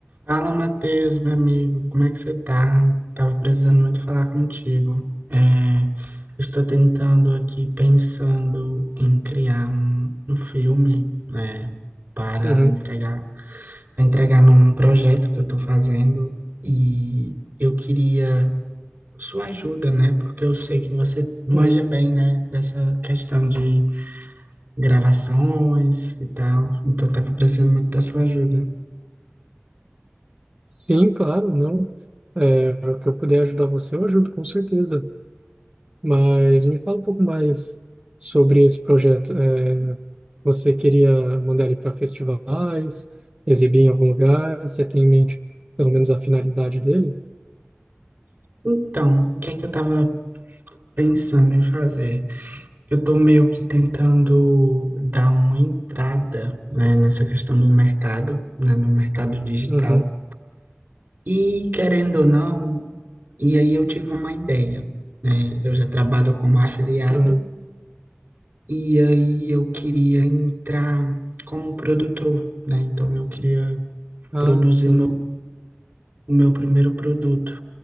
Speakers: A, on the right; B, on the right.
A: Fala, Matheus, meu amigo, como é que você tá? Tava precisando muito falar contigo. É, estou tentando aqui, pensando em criar um, um filme, né, para
B: Uhum,
A: entregar, entregar num projeto que eu tô fazendo e eu queria sua ajuda, né? Porque eu sei que você manja
B: uhum.
A: bem, né, dessa questão de gravações e tal. Então, tava precisando muito da sua ajuda.
B: Sim, claro, não. É, o que eu puder ajudar você, eu ajudo, com certeza. Mas me fala um pouco mais sobre esse projeto. É, você queria mandar ele para festivais, exibir em algum lugar? Você tem em mente pelo menos a finalidade dele?
A: Então, o que é que eu tava pensando em fazer. Eu estou meio que tentando dar uma entrada, né, nessa questão do mercado, né, no mercado digital.
B: Uhum,
A: E querendo ou não, e aí eu tive uma ideia, né? Eu já trabalho como afiliado
B: uhum.
A: e aí eu queria entrar como produtor, né? Então eu queria
B: Ah,
A: produzir
B: sim.
A: o meu, o meu primeiro produto,